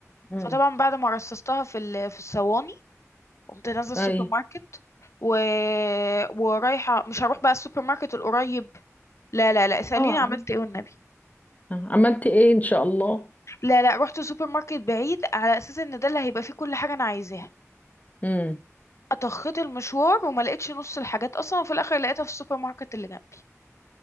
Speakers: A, on the left (about 30°); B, on the left (about 60°).
A: امم
B: فطبعا بعد ما رصصتها في ال- في الصواني قمت نازله السوبر
A: اي
B: ماركت و... ورايحه مش هروح بقى السوبر ماركت القريب لا لا لا اساليني
A: اه
B: عملت ايه والنبي
A: آه، عملتي ايه ان شاء الله
B: لا لا رحت سوبر ماركت بعيد على اساس ان ده اللي هيبقى فيه كل حاجه انا عايزاها
A: امم
B: اطخت المشوار وما لقيتش نص الحاجات اصلا وفي الاخر لقيتها في السوبر ماركت اللي جنبي